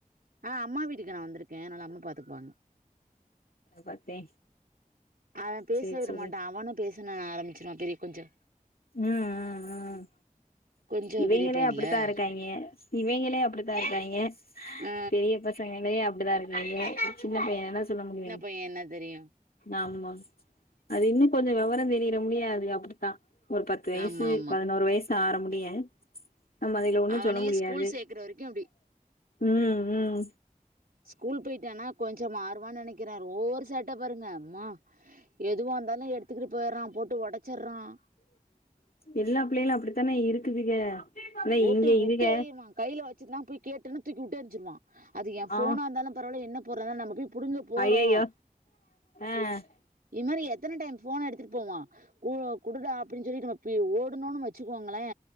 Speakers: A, on the right (about 75°); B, on the left (about 80°).
A: ஆ அம்மா வீட்டுக்கு நா வந்திருக்கே அதனாலா அம்மா பாத்துக்குப்பாங்க
B: பாத்தே
A: அவெ பேச
B: சேரி
A: விட
B: சேரி
A: மாட்டா அவனு பேசனுன் ஆரம்பிச்சிருாவா பெரிய கொஞ்சொ
B: ம் ம் ம்
A: கொஞ்சோ
B: இவிங்களே
A: பெரிய பையன்ல
B: அப்டித்தா இருக்காங்க இவைங்களே அப்டித்தா இருக்காய்ங்க
A: ஆ
B: பெரிய பசங்களே அப்டிதா இருக்காய்ங்க சின்ன பைய என்ன சொல்ல முடியு
A: பைய என்ன தெரியு
B: ஆமா அது இன்னு கொஞ்சொ வெவரொ தெரியுற முடிய அது அப்டித்தா ஒரு பத்து வயசு
A: ஆமா ஆமா
B: பதினோரு வயசு ஆற முடிய நம்ம அதுகள ஒன்னு
A: அவனையே
B: சொல்ல முடியாது
A: ஸ்கூல் சேக்குற வரைக்கும் அப்டி
B: ம் ம்
A: ஸ்கூல் போயிட்டானா கொஞ்சோ மாறுவான்னு நெனைக்கிறே ரோவர் சேட்ட பாருங்க அம்மா எதுவ இருந்தாலு எடுத்துக்கிட்டு போயடுறா போட்டு ஒடச்சறா
B: எல்லா பிள்ளைகளு அப்டித்தானே இருக்குதுக இல்ல
A: போட்டு
B: இங்க
A: விட்டெறிவான்
B: இதுக
A: கைல வச்சுட்டுனா போய் கேட்டுன்னு தூக்கி வுட்டெறஞ்சிருவா அது எ ஃபோனா
B: ஆ
A: இருந்தாலு பரவால என்ன பொருளானாலு நம்ம போய் புடுங்க போறோ
B: அய்யய்யோ ஆ
A: இந் மாரி எத்தன டைம் ஃபோன் எடுத்துட்டு போவா கு குடுடா அப்டின்னு சொல்லி நம்ம போய் ஓடுன்னோனு வச்சுக்கோங்களே